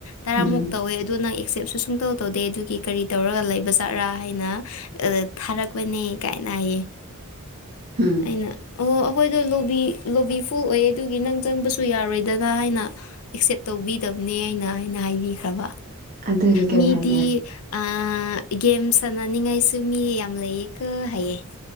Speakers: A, on the left; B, on the right.
A: ꯇꯔꯥꯃꯨꯛ
B: ꯎꯝ
A: ꯇꯧꯋꯦ ꯑꯗꯨꯗꯣ ꯅꯪ ꯑꯦꯛꯁꯦꯞꯁꯨ ꯁꯨꯡ ꯇꯧ ꯇꯧꯗꯦ ꯑꯗꯨꯒꯤ ꯀꯔꯤ ꯇꯧꯔꯒ ꯂꯩꯕ ꯖꯥꯠꯔꯥ ꯍꯥꯏꯅ ꯊꯥꯔꯛ ꯄꯅꯦ ꯀꯥꯏꯅ ꯍꯥꯏꯌꯦ
B: ꯎꯝ
A: ꯑꯩꯅ ꯑꯣ ꯑꯩꯈꯣꯏꯗ ꯂꯣꯕꯤ ꯂꯣꯕꯤ ꯐꯨꯜ ꯑꯣꯏꯌꯦ ꯑꯗꯨꯒꯤ ꯅꯪ ꯆꯪꯕꯁꯨ ꯌꯥꯔꯣꯏꯗꯔ ꯍꯥꯏꯅ ꯑꯦꯛꯁꯦꯞ ꯇꯧꯕꯤꯗꯕꯅꯦ ꯑꯩꯅ ꯑꯩꯅ ꯍꯥꯏꯕꯤꯈ꯭ꯔꯕ
B: ꯑꯗꯨꯒꯤ ꯀꯩ
A: ꯃꯤꯗꯤ
B: ꯍꯥꯏꯒꯦ
A: ꯑꯥ ꯒꯦꯝ ꯁꯥꯟꯅꯅꯤꯡꯉꯥꯏꯁꯨ ꯃꯤ ꯌꯥꯝ ꯂꯩꯌꯦ ꯀꯣ ꯍꯥꯢꯌꯦ